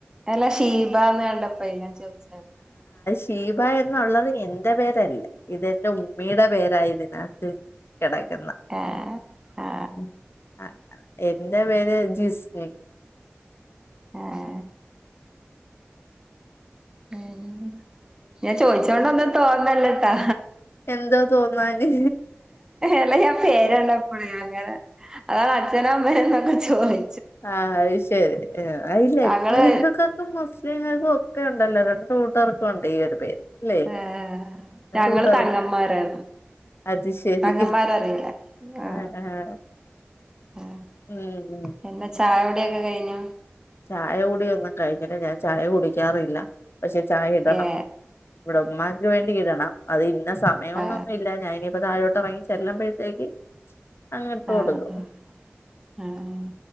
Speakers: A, on the right; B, on the left.
A: അല്ല ഷീബാന്ന് കണ്ട പ്പ അയിനാ ചോയിച്ചേ
B: ശീബ എന്നുള്ളത് എന്റെ പേരല്ല ഇതെന്റെ ഉമ്മിയുടെ പേരാതിനകത്ത് കിടക്ക്ന്ന
A: ഏ ആ
B: ഉം ആ അതെ എന്റെ പേര് ജിസ്മി
A: ആഹ ഉ <unintelligible> ഞാൻ ചോദിച്ചോൊണ്ടന്ന് തോന്നല്ലട്ടാ
B: എന്താ തോന്നല്
A: അല്ല പേര്ണ്ടപ്പോള അങ്ങനെ അതാണ് അച്ഛനൊ അമ്മയോ കൊണ്ട് ചൊറി
B: ആ അത് ശരി അയില്ല
A: ഞങ്ങള്
B: ഇപ്പൊ ഹിന്ദുക്കാൾക്കും മാസ് ത് ഇങ്ങൾക്കും ഒക്കെ ഉണ്ടല്ലോ രണ്ട് കൂട്ടാർക്കും ഉണ്ട് ഈ ഒരു പേര് അല്ലേ
A: ഏ
B: രണ്ട്
A: ഞങ്ങൾ
B: കൂട്ടർ
A: തങ്ങന്മാരന്നു
B: അത് ശരി
A: തങ്ങന്മാരറിയില്ല ആ
B: ആഹ് ആഹ്
A: ആ
B: ഉം ഉം
A: പിന്നെ ചായവിടെയൊക്കെ കഴിഞ്ഞ
B: ചായ കുടിയൊന്നും കഴിഞ്ഞില്ല ഞാൻ ചായ കുടിക്കാറില്ല പക്ഷെ ചായ ഇടണം
A: ഏ
B: ഇവിടെ ഉമ്മാക്ക് വേണ്ടി ഇടണം അത് ഇന്ന സമയൊന്നൊന്നു
A: ആ
B: ഇല്ല ഞന് ഇനിപ്പോ താഴോട്ട് തുടങ്ങി ചെല്ല്പഴത്തേക്ക് അങ്ങ് ഇട്ട്
A: ആ
B: കൊടുക്കും
A: ആ ആ